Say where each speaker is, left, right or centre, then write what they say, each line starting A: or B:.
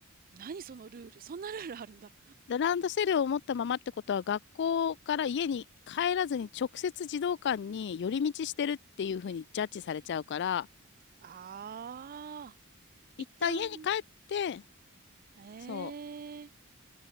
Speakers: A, on the right; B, on the left.
A: 何そのルールそんなルールあるんだ。
B: ランドセルを持ったままってことは学校から家に帰らずに直接児童館に寄り道してるっていうふうにジャッジされちゃうから
A: ああ。
B: 一旦家に帰って
A: 一旦、へ
B: そう
A: え、